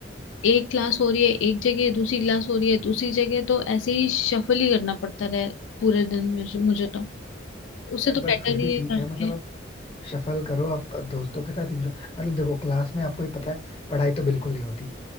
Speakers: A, on the left; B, on the left.
A: एक क्लास हो रही है एक जगह दूसरी क्लास हो रही है दूसरी जगह तो ऐसे ही शफल ही करना पड़ता रहे पूरे दिन में मुझे मुझे तो उससे
B: यार
A: तो बेटर
B: बट फिर भी
A: ही है
B: ठीक है
A: घर
B: मतलब
A: पे
B: आप सफल करो आप दोस्तों के साथ एंजॉय मतलब देखो क्लास में आपको ही पता है पढ़ाई तो बिल्कुल नहीं होती